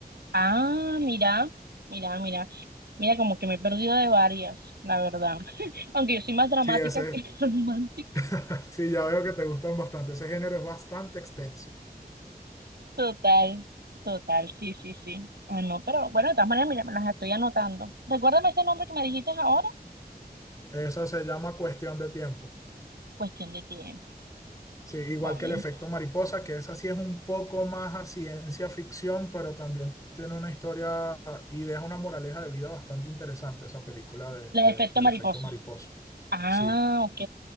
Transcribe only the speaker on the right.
Ah, mira, mira, mira. Mira, como que me he perdido de varias, la verdad. Aunque yo soy más dramática
que <laughs> romántica.
Total, total, sí, sí, sí. Ah, no, pero bueno, de todas maneras, mira, me las estoy anotando. Recuérdame ese nombre que me dijiste ahora.
Cuestión de tiempo,
¿vale?
La
de efecto
mariposa.
Ah,
ok.